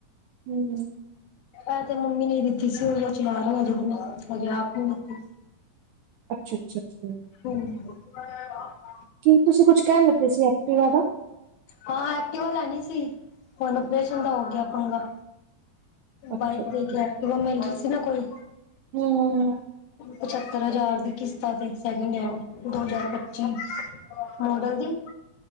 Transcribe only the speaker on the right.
ਹੂੰ।
ਅੱਛਾ-ਅੱਛਾ-ਅੱਛਾ ਛ।
ਕੀ ਤੁਸੀਂ ਕੁੱਝ ਕਹਿਣ ਲੱਗੇ ਸੀ ਐਕਟਿਵਾ ਦਾ।
ਅੱਛਾ,
ਅੱਛਾ।
ਹਮ- ਹਮ।